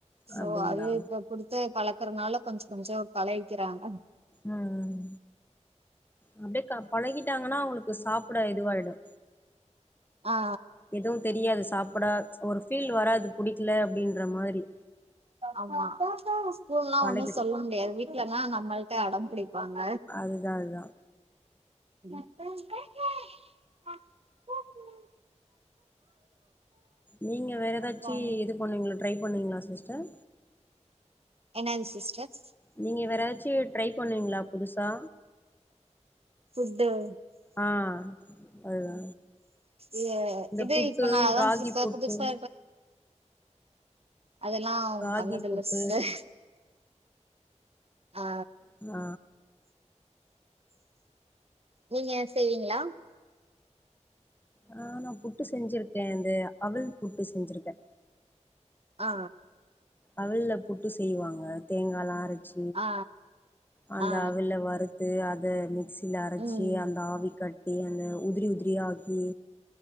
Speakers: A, on the right (about 55°); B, on the left (about 15°).
A: சோ
B: அப்டிங்களா
A: அது இப்ப குடுத்து கலக்கறதுனால கொஞ்செ கொஞ்செ பழகிக்கிறாங்க.
B: அ அ... அப்டெ க பழகிட்டாங்கன்னா அவுங்களுக்கு சாப்புட இதுவாயிடு
A: ஆ
B: எதுவு தெரியாது சாப்புட ஒரு ஃபீல் வராது. புடிக்ல அப்படின்ற மாதிரி.
A: ஆம்மா ஸ்கூல்லா
B: பழகிடு
A: ஒண்ணு சொல்லமுடியாது, வீட்லன்னா நம்மள்ட்ட அடம்புடி பாங்க
B: அதுதா அதுதா
A: <unintelligible>
B: நீங்க வேற ஏதாச்சி,
A: அப்றோ
B: இது பண்ணுவீங்களா ட்ரை பண்ணுவீங்களா சிஸ்டர்.
A: என்னாது சிஸ்டர்.
B: நீங்க வேர எதாச் சு ட்ரை பண்ணுவிங்களா புதுசா
A: சிஸ்டர்
B: அ. அதுதா
A: இ
B: இந்த
A: இது
B: புட்டு
A: இப்ப நா அதா
B: ராகி
A: புதுசா
B: புட்டு,
A: புதுசா அதல்லாம்
B: ராகி
A: பண்ணதில்ல
B: புட்டு
A: சிஸ்டர், அ
B: அ
A: நீங்க செய்வீங்ளா.
B: அ.. நா புட்டு செஞ்சிருக்கே இந்த அவள் புட்டு செஞ்சிருக்க
A: ஆ
B: அவள்ள புட்டு செய்வாங்க தேங்கால்லா அரச்
A: ஆ
B: அந்த
A: ஆ
B: அவுள்ள வறுத்து, அத மிக்சில அரச்சு
A: ம்
B: அந்த ஆவி கட் டியே அந்த உதிறி உதிறி ஆக்கி